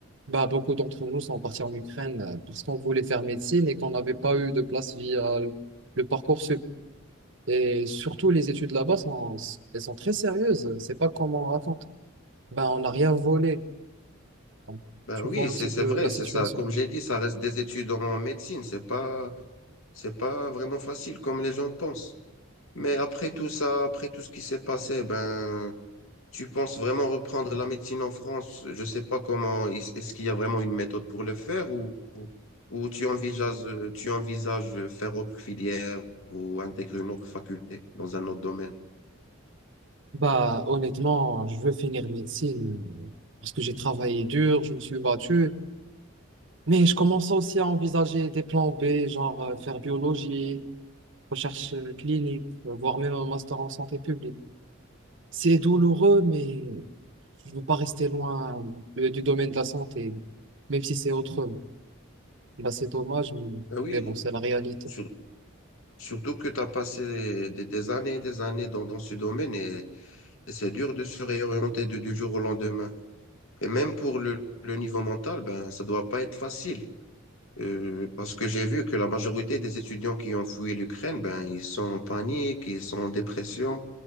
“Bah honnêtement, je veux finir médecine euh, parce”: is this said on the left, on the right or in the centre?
Right